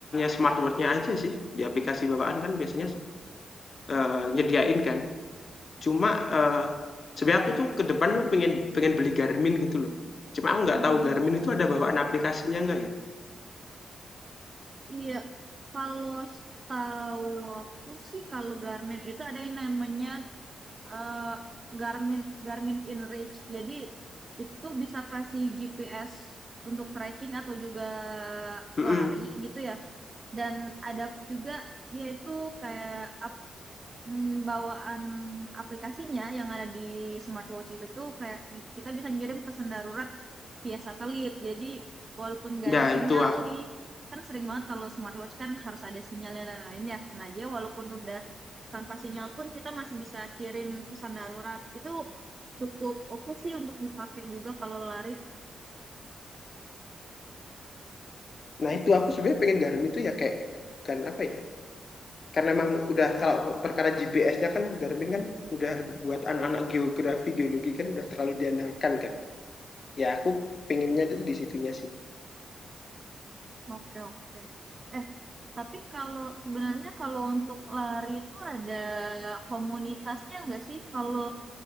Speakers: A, on the left; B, on the right.
A: smartwatch-nya aja sih, di aplikasi bawaan kan biasanya, eee, nyediain kan. Cuma, eee, sebenarnya aku tuh ke depan pengen pengen beli Garmin gitu loh. Cuma aku nggak
B: Hmm,
A: tahu
B: hmm, hmm.
A: Garmin itu ada bawaan aplikasinya nggak ya?
B: Iya, kalau setahu aku sih kalau Garmin itu ada yang namanya eh, Garmin Garmin InReach. Jadi itu bisa kasih GPS untuk tracking atau juga
A: Mhm.
B: lari gitu ya. Dan ada juga dia itu kayak apa Hmm, bawaan aplikasinya yang ada di smartwatch itu tuh kayak bi- kita bisa ngirim pesan darurat via satelit. Jadi walaupun nggak
A: Nah
B: ada sinyal
A: itu aku
B: nih, kan sering banget kalau smartwatch kan harus ada sinyalnya dan lain ya. Nah dia walaupun udah tanpa sinyal pun kita masih bisa kirim pesan darurat. Itu cukup oke sih untuk dipakai juga kalau lari.
A: nah itu aku sebenarnya pengen Garmin itu ya kayak, kan apa ya Karena memang udah kalau perkara GPS-nya kan Garmin kan udah buat anak-anak geografi, geologi kan udah terlalu diandalkan kan. Ya aku pengennya itu di situnya sih.
B: Oke oke. Eh tapi kalau sebenarnya kalau untuk lari itu ada komunitasnya nggak sih? Kalau